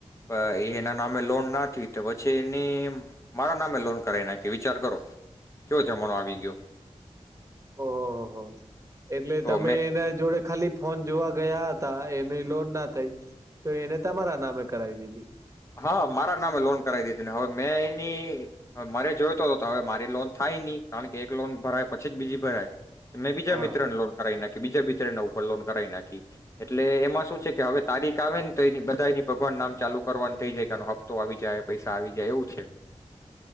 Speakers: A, on the left; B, on the right.
A: અ એ એના નામે લોન ના તો પછી એની મારા નામે લોન કરાઈ નાખી વિચાર કરો. કેવો જમાનો આવી ગયો.
B: ઓહોહો એટલે
A: તો
B: તમે
A: મેં
B: એના જોડે ખાલી ફોન જોવા ગયા તા એની લોન ના થઈ તો એને તમારા નામે કરાવી દીધી.
A: હા મારા નામે લોન કરાવી દીધી ને હવે મેં એની મારે જોઈતો હતો. હવે મારી લોન થાય ની કારણ કે એક લોન ભરાય પછી જ બીજી ભરાય. મેં બીજા
B: હા.
A: મિત્રને લોન કરાઈ નાખ બીજા મિત્રના ઉપર લોન કરાઈ નાખી એટલે એમાં શું છે કે હવે તારીખ આવે ન તો એની બધાય ની ભગવાન નામ ચાલુ કરવાન થઈ જાય. કે આનો હપ્તો આવી જાય, પૈસા આવી જાય એવું છે.